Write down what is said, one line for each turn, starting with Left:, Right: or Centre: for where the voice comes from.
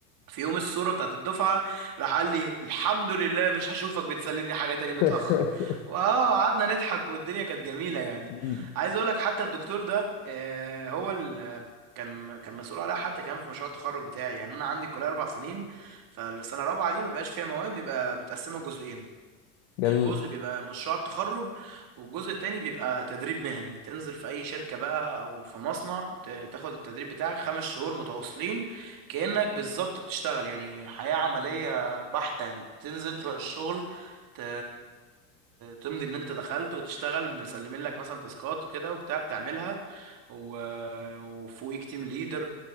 Right: في يوم الصورة بتاعت الدفعة راح قال لي الحمد لله مش هشوفك بتسلم لي حاجة تاني متأخر
Left: <laughs>
Right: واه قعدنا نضحك والدنيا كانت جميلة يعني
Left: مم.
Right: عايز اقول لك حتى الدكتور ده آه، هو ال كان كان مسؤول عليها حتى كمان في مشروع التخرج بتاعي يعني انا عندي الكليه اربع سنين فالسنه الرابعه دي ما بيبقاش فيها مواد بيبقى متقسمه جزئين
Left: جميل
Right: الجزء بيبقى مشروع التخرج والجزء التاني بيبقى تدريب مهني تنزل في أي شركة بقى أو في مصنع ت- تاخد التدريب بتاعك خمس شهور متواصلين كأنك بالظبط بتشتغل يعني حياة عملية بحتة يعني تنزل تروح الشغل ت... تمضي إن أنت دخلت وتشتغل مسلمين لك مثلا تاسكات وكده وبتاع بتعملها و... وفوقيك تيم ليدر